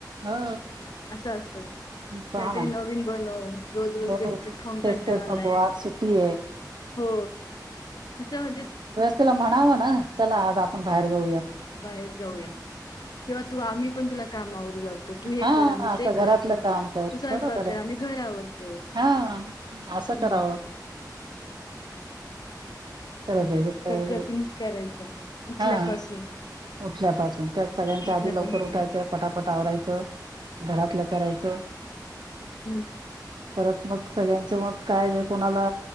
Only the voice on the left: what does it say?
असं असत काहीतरी
नवीन बनव. रोजरोज,
तेचतेच, खऊन कंटाळा
आलाय.
हो तिच म्हणजे
बाहेर जाऊया, किंवा तू आम्ही पण तुला काम आवरू लाग तो त तु हे
कर आम्ही
ते
करतो,
तू स्वयंपाक
कर
आम्ही घर आवरतो.
हम्म
नाही
सगळं
तिनीच करायचं, उठल्यापासून.
उठल्यापासून
सगळं.
हूं!